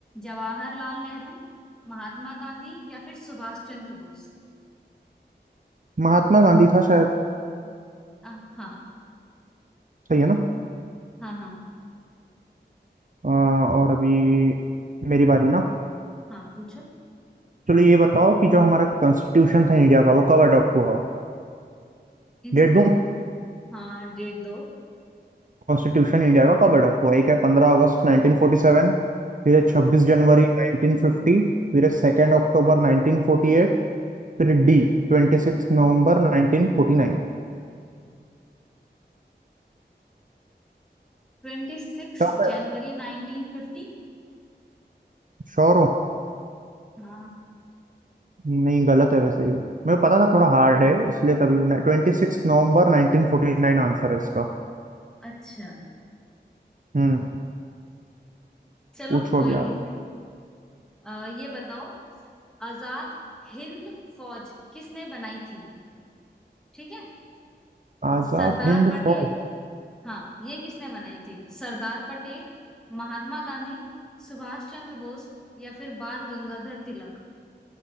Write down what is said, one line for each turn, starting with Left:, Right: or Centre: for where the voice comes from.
Centre: जवाहरलाल नेहरू महात्मा गांधी या फिर सुभाष चंद्र बोस
Right: महात्मा गांधी था शायद
Centre: आ, हाँ
Right: सही है ना
Centre: हाँ हाँ
Right: अ, और अभी मेरी बारी ना
Centre: हाँ पूछो
Right: चलो ये बताओ कि जो हमारा कॉन्स्टिट्यूशन था इंडिया का वो कब अडॉप्ट हुआ
Centre: इन,
Right: डेट दूं
Centre: हाँ डेट दो
Right: कॉन्स्टिट्यूशन इंडिया का कब अडॉप्ट हुआ एक है पंद्रह अगस्त नाइनटीन फोर्टी सेवन फिर है छब्बीस
Centre: हाँ
Right: जनवरी नाइनटीन फिफ्टी फिर है सेकेंड अक्टूबर 1948 फिर डी ट्वेंटी सिक्स नवंबर नाइनटीन फोर्टी नाइन
Centre: ट्वेंटी सिक्स
Right: टफ है
Centre: जनवरी नाइनटीन फिफ्टी
Right: श्योर हो
Centre: हाँ
Right: नहीं गलत है वैसे ये मेरे को पता था थोड़ा हार्ड है इसलिए तभी ट्वेंटी सिक्स नवंबर नाइनटीन फोर्टी नाइन आंसर है इसका
Centre: अच्छा
Right: हम्म
Centre: चलो
Right: पूछो
Centre: कोई
Right: अभी
Centre: नहीं
Right: आप
Centre: आ, ये बताओ आजाद हिंद फौज किसने बनाई थी ठीक है
Right: आजाद
Centre: सरदार
Right: हिंद
Centre: पटेल
Right: फौज
Centre: हाँ ये किसने बनाई थी सरदार पटेल महात्मा गांधी सुभाष चंद्र बोस या फिर बाल गंगाधर तिलक